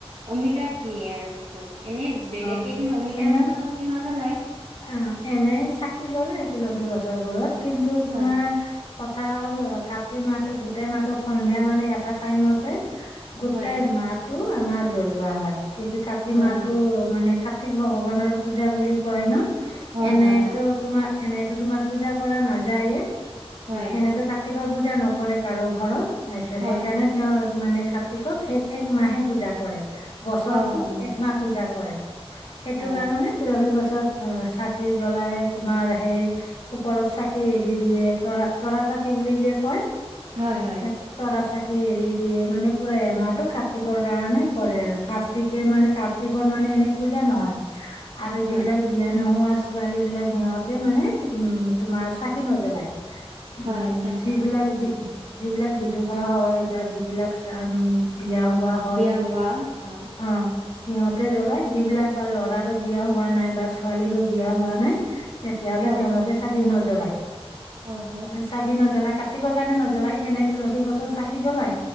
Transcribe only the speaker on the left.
অ
এনে
অ এনে চাকি জ্বলাই তুলসী গছ ত বোৰত কিন্তু তোমাৰ।
কথা হ'ল অ কাতি মাহটো গোটেই মাহটো সন্ধিয়া মানে এটা টাইমতে। গোটাই
মাহটো আমাৰ জ্বলোৱা হয় কি‌ন্তু কাতি
মাহ। মানে কাৰ্ত্তিক ভগৱানৰ পূজা বুলি কয় ন
এনেতো
তোমাৰ এনে টো তোমাৰ পূজা কৰা নাযায়ে
এনেতো কাৰ্ত্তিকৰ পূজা নকৰে কাৰোৰ ঘৰত। তাৰপিছত
সেইকাৰণে তেওঁ মানে কাৰ্ত্তিকক সেই এক মাহে পূজা কৰে। বছৰটোত
একমাহ পূজা কৰে সেইটো
কাৰণে তুলসী গছ। আকাশত চাকি জ্বলাই তোমাৰ সেই ওপৰত চাকি এৰি দিয়ে তৰা- তৰা। চাকি বুলি যে কয়
হে তৰা চাকি। দি এৰি দিয়ে মানে পোৰা এমাহটো কাৰ্ত্তিকৰ কাৰণে কৰে আৰু। কাৰ্ত্তিকে মানে কা কাৰ্ত্তিকৰ মানে এনে পূজা নহয় আৰু
যিবিলাক বিয়া নোহোৱা। ছোৱালীবিলাক সিহঁতে মানে উম, তোমাৰ চাকি নজ্বলায়। উম
যিবিলাক বি। যিবিলাক বিধৱা হয় বা যি বিলাক চাম। বিয়া হোৱা হয়
উম। সিহঁতে জ্বলাই যিবিলাক বা ল'ৰাৰো বিয়া হোৱা নাই বা ছোৱালীৰো বিয়া হোৱা নাই। তেতিয়া হ'লে
তেওঁলোকে চাকি নজ্বলাই,
চাকি নজ্বলাই। কাৰ্ত্তিকৰ‌ কাৰণে নজ্বলাই এনে তুলসী গছৰ চাকি জ্বলাই